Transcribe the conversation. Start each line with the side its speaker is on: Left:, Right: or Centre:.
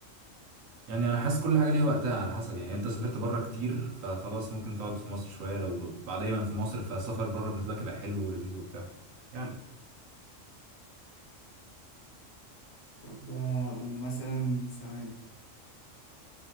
Right: يعني انا حاسس كل حاجه ليها وقتها على حسب يعني انت سافرت بره كتير فخلاص ممكن تقعد في مصر شويه لو بعد دايما في مصر فالسفر بره بالنسبه لك يبقى حلو ولذيذ وبتاع يعني
Left: طب آه، ومثلا ثواني